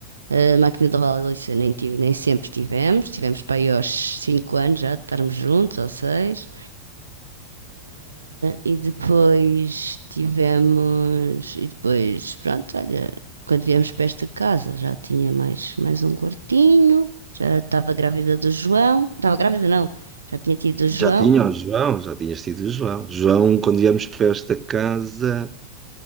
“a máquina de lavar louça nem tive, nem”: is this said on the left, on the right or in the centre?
Right